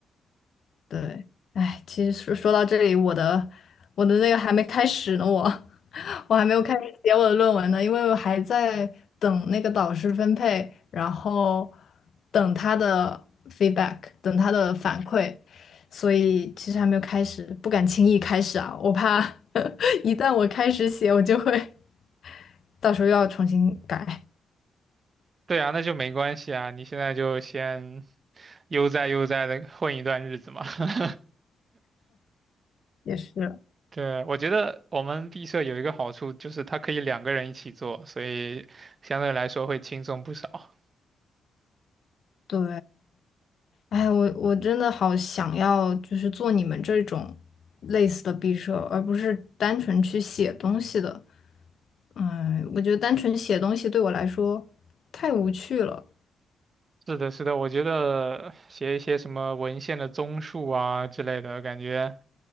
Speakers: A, on the left; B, on the right.
A: 对，哎，其实说说到这里，我的我的那个还没开始呢，我 <laughs> 我还没有开始写我的论文呢，因为我还在等那个导师分配，然后等他的 feedback，等他的反馈，所以其实还没有开始，不敢轻易开始啊，我怕 <laughs> 一旦我开始写，我就会 <laughs> 到时候又要重新改，
B: 对啊，那就没关系啊，你现在就先悠哉悠哉的混一段日子嘛。<laughs>
A: 也是，
B: 对，我觉得我们毕设有一个好处，就是它可以两个人一起做，所以相对来说会轻松不少。
A: 对，哎，我我真的好想要，就是做你们这种类似的毕设，而不是单纯去写东西的。嗯，我觉得单纯写东西对我来说太无趣了。
B: 是的，是的，我觉得写一些什么文献的综述啊之类的，感觉，